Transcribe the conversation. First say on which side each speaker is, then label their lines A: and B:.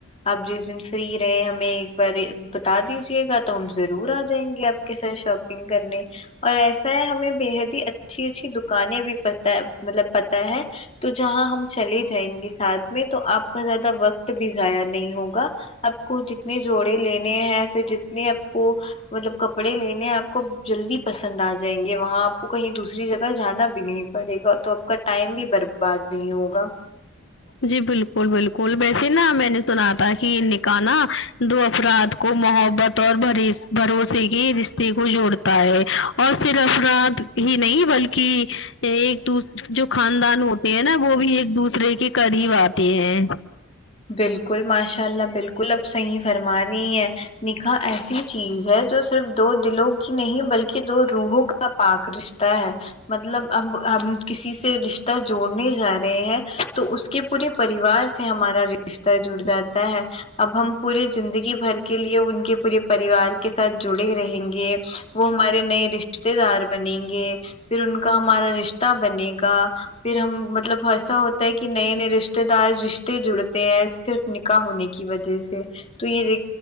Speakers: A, on the left (about 30°); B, on the left (about 60°).
A: آپ جس دن فری رہے ہمیں ایک بار بتا دیجیے گا تو ہم ضرور آ جائیں گے آپ کے ساتھ شاپنگ کرنے اور ایسا ہے ہمیں بےحد اچھی اچھی دکانیں بھی پتا مطلب پتہ ہے تو جہاں ہم چلے جائیں گے ساتھ میں تو آپ کا زیادہ وقت بھی ضائع نہیں ہوگا آپ کو جتنے جوڑے لینے ہیں پھر جتنے آپ کو مطلب کپڑے لینے آپ کو جلدی پسند آ جائیں گے وہاں کو کہیں دوسری جگہ جانا بھی نہیں پڑے گا تو آپ کا ٹائم بھی برباد نہیں ہوگا
B: جی بلکل بلکل ویسے نا میں نے سنا تھا کہ نکاح نہ دو افراد کو محبت اور بھروسے کے رشتے کو جوڑتا ہے اور پھر افراد ہی نہیں بلکہ ایک دوسر جو خاندان ہوتے ہیں نا وہ بھی ایک دوسرے کے قریب آتے ہیں
A: بلکل ماشاء اللہ بلکل اب صحیح فرما رہی ہیں نکاح ایسی چیز ہے جو صرف دو دلوں کی نہیں بلکہ دو روحوں کا کا پاک رشتہ ہے مطلب اب ہم کسی سے رشتہ جوڑنے جا رہے ہیں تو اس کے پورے پریوار سے ہمارا رشتہ جڑ جاتا ہے اب ہم پورے زندگی بھر کے لیے ان کے پورے پریوار کے ساتھ جڑے رہیں گے وہ ہمارے نئے رشتے دار بنیں گے پھر ان کا ہمارا رشتہ بنے گا پھر ہم مطلب ایسا ہوتا ہے کہ نئے نئے رشتے دار رشتے جڑتے تے ہیں صرف نکاح ہونے کی وجہ سے تو یہ